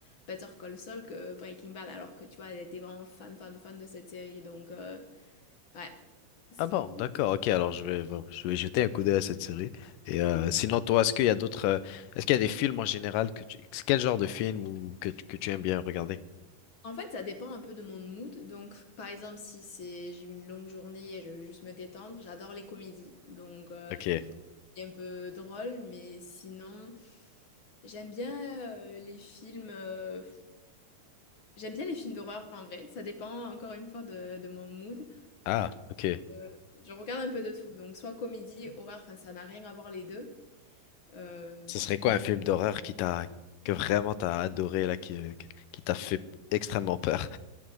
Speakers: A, on the left; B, on the left.
A: Better Call Saul que Breaking Bad, alors que tu vois, elle était vraiment fan, fan, fan de cette série. Donc, euh, ouais, si...
B: Ah bon, d'accord, ok, alors je vais, bon, je vais jeter un coup d'œil à cette série. Et euh, sinon, toi, est-ce qu'il y a d'autres, euh, est-ce qu'il y a des films en général que tu, quel genre de film ou que, tu- que tu aimes bien regarder?
A: En fait, ça dépend un peu de mon mood. Donc, par exemple, si c'est j'ai eu une longue journée et je veux juste me détendre, j'adore les comédies. Donc, euh,
B: Ok.
A: est un peu drôle, mais sinon, j'aime bien euh, les films. euh, J'aime bien les films d'horreur en vrai. Ça dépend encore une fois de, de mon mood.
B: Ah, ok.
A: Euh, je regarde un peu de tout. Donc, soit comédie, horreur, enfin, ça n'a rien à voir les deux. Euh,
B: Ce serait
A: ou
B: quoi
A: les-
B: un film d'horreur qui t'a que vraiment t'as adoré là, qui qui t'a fait extrêmement peur?